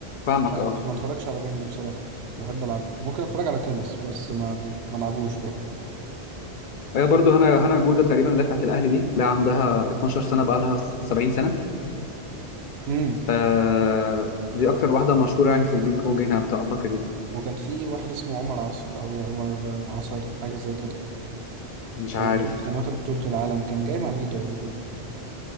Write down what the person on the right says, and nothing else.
لا
ما ما أتفرجش على بنج بصراحة بحب ألعبه ممكن أتفرج على تنس بس ما ما ألعبوش بقى
مم.
وكان في واحد اسمه عمر عصر أو عمر عصر حاجة زي كده
كان
واخد كان واخد بطولة العالم كان جاي مع ميدو قبل كده